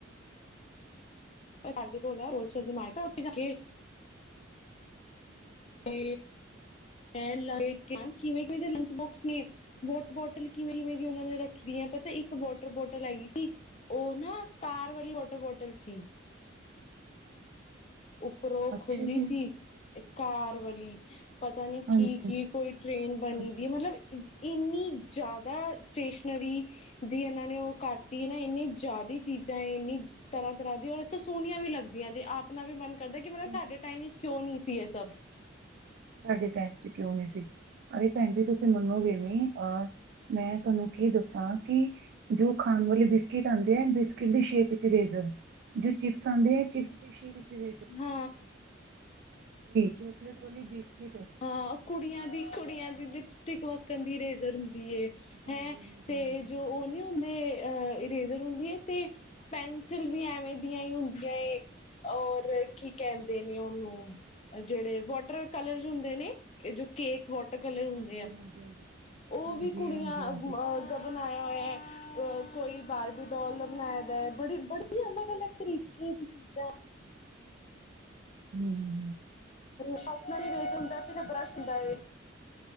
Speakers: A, on the left; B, on the right.
A: ਸਾਡੇ ਘਰ ਦੇ ਕੋਲ ਹੈ ਹੋਲਸੇਲ ਦੀ ਮਾਰਕਟ <inaudible> ਹੈ ਉੱਥੇ ਜਾ ਕੇ ਤੇ ਮੈ ਲੈ, <unintelligible> ਕਿਵੇਂ- ਕਿਵੇੇ ਦੇ ਲੰਚ ਬੋਕਸ ਨੇ, ਵੋਟਰ ਬੋਟਲ ਕਿਵੇਂ-ਕਿਵੇੇ ਦੀ ਉਹਨਾਂ ਨੇ ਰੱਖੀ ਦੀ <unintelligible> ਤੇ ਇੱਕ ਵੋਟਰ ਬੋਟਲ ਹੈਗੀ ਸੀ ਉਹ ਨਾ ਕਾਰ ਵਾਲੀ ਵਾਟਰ ਬੋਟਲ ਸੀ। ਉੱਪਰੋਂ
B: ਅੱਛਾ
A: ਖੁੱਲਦੀ
B: ਜੀ,
A: ਸੀ, ਕਾਰ ਵਾਲੀ ਪਤਾ ਨੀ
B: ਹਾਂਜੀ,
A: ਕੀ- ਕੀ, ਕੋਈ ਟ੍ਰੇਨ ਬਣੀ
B: ਹਾਂਜੀ,
A: ਦੀ
B: ਹਾਂਜੀ,
A: ਏ, ਮਤਲਬ ਇ ਇੰਨੀ ਜ਼ਿਆਦਾ ਸਟੇਸ਼ਨਰੀ ਦੀ ਇਹਨਾਂ ਨੇ ਉਹ ਕਰਤੀ ਨਾ, ਇੰਨੀ ਜ਼ਿਆਦਾ ਚੀਜ਼ ਜਾਂ ਇੰਨੀ ਤਰ੍ਹਾਂ-ਤਰ੍ਹਾਂ ਦੀ, ਔਰ ਅੱਛਾ ਸੋਹਣੀਆਂ ਵੀ ਲੱਗਦੀਆਂ
B: ਹਾਂਜੀ।
A: ਜੇ। ਆਪਣਾ ਵੀ ਮਨ ਕਰਦਾ
B: <inaudible>
A: ਕਿ ਮਤਲਬ ਸਾਡੇ ਟਾਈਮ ਵਿੱਚ ਕਿਉਂ ਨਹੀਂ ਸੀ ਇਹ ਸਭ
B: ਸਾਡੇ ਟੈਮ ਕਿਉਂ ਨਹੀਂ ਸੀ, ਅਰੇ ਭੈਣ ਜੀ ਤੁਸੀਂ ਮੰਨੋਗੇ ਨੀ, ਅ ਮੈਂ ਤੁਹਾਨੂੰ ਕੀ ਦੱਸਾਂ, ਕਿ ਜੋ ਖਾਣ ਵਾਲੇ ਬਿਸਕਿਟ ਆਉਂਦੇ ਆ ਬਿਸਕਿਟ ਦੀ ਸ਼ੇਪ ਵਿੱਚ ਇਰੇਜ ਰ, ਜੋ ਚਿਪਸ ਆਂਦੇ ਆ ਚਿਪਸ ਦੀ ਸ਼ੇਪ ਚ ਇਰੇਜ਼ਰ।
A: ਹੰ
B: ਚੋਕਲੇਟ ਵਾਲੀ ਬਿਸਕਿ
A: ਹਾਂ ਕੁੜੀਆਂ ਦੀ ਕੁੜੀਆਂ ਦੀ ਲਿਪਸਟਿਕ ਵੱਕਣ ਦੀ ਇਰੇਜ਼ਰ ਹੁੰਦੀ।
B: ਹਾਂਜੀ,
A: ਹੈਂ,
B: ਹਾਂਜੀ,
A: ਤੇ
B: ਹਾਂਜੀ, ਹਾਂਜੀ,
A: ਜੋ ਉਹ ਨੀ ਹੁੰਦੇ ਅਹ ਇਰੇਜਰ ਹੁੰਦੇ <unintelligible> ਤੇ ਪੈਨਸਿਲ ਵੀ ਐਵੇਂ ਦੀਆਂ ਹੀ ਹੁੰਦੀਆਂ ਏ। ਔਰ ਕੀ ਕਹਿੰਦੇ ਨੇ ਉਹਨੂੰ, ਜਿਹੜੇ ਵਾਟਰ ਕਲਰ ਹੁੰਦੇ ਨੇ, ਜੋ ਕੇਕ ਵਾਟਰ ਕਲਰ ਹੁੰਦੇ
B: ਹਾਂਜੀ,
A: ਆ।
B: ਹਾਂਜੀ।
A: ਉਹ
B: ਹਾਂਜੀ,
A: ਵੀ ਕੁੜੀਆਂ
B: ਹਾਂਜੀ,
A: <unintelligible>
B: ਹਾਂਜੀ,
A: ਅ ਗ ਬਣਾਏ ਕੋਈ ਬਾਰਬੀ ਡੋਲ ਦਾ ਬਣਾਇਆ ਦੈ ਅਲੱਗ-ਅਲੱਗ ਤਰੀਕੇ ਦੀ ਚੀਜ਼ਾਂ
B: <inaudible>
A: ਸ਼ੋਪਨਰ ਵੀ <inaudible> ਹੁੰਦਾ ਪਿੱਛੇ ਬਰੱਸ਼ ਹੁੰਦਾ ਏ